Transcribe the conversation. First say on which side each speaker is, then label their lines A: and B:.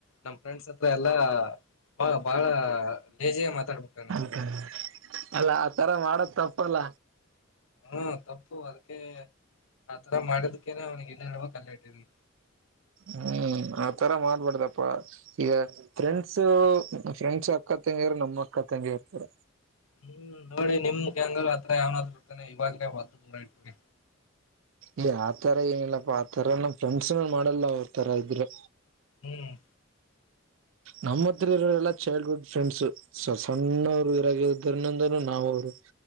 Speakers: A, on the left; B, on the right.
A: ನಮ್ ಫ್ರೆಂಡ್ಸ್ ಹತ್ರ ಎಲ್ಲಾ ಬಾ ಬಾಳ ಲೇಜಿಯಾಗಿ ಮಾತಾಡ್ಬಿಡ್ತಾನ
B: ಹ ಅಲ್ಲ ಆ ತರ ಮಾಡೋದು ತಪ್ಪಲ್ಲ
A: ಹ್ಮ್ ತಪ್ಪು ಅದಕ್ಕೆ ಆತರ ಮಾಡಿದಕ್ಕೇನೆ ಅವನಿಗೆ ಎಲ್ಲಿ ಇಟ್ಟಿರಬೇಕು ಅಲ್ಲ ಇಟ್ಟಿದಿನೆ
B: ಹ್ಮ್ ಆತರ ಮಾಡ್ಬಡ್ದಪ್ಪ ಈಗ ಫ್ರೆಂಡ್ಸ್ ಫ್ರೆಂಡ್ಸ್ ಅಕ್ಕ ತಂಗಿರ ನಮ್ಮ್ ಅಕ್ಕ ತಂಗಿರ ತರಾ
A: ಹ್ಮ್ ನೋಡಿ ನಿಮ್ಮ ಗ್ಯಾಂಗ್ನಲ್ಲಿ ಯಾವನಾದ್ರು ಇರ್ತಾನೆ ಇವಾಗ ಒಂದು ದೂರ ಇಟ್ಟುಬಿಡಿ
B: ಇ ಆತರ ಏನಿಲ್ಲಪ್ಪ ಆತರ ನಮ್ ಫ್ರೆಂಡ್ಸ್ನ ಮಾಡಲ್ಲ ಅವ್ರ ತರ ಇದ್ರೆ.
A: ಹ್ಮ್
B: ನಮ್ಮ ಹತ್ರ ಇರೋರೆಲ್ಲಾ ಚೈಲ್ಡ್ ಹುಡ್ ಫ್ರೆಂಡ್ಸು. ಸ ಸಣ್ಣವರು ಇರಾಗ್ರ ಇದಂದ್ರಿಂದ ನಾವು ಅವ್ರು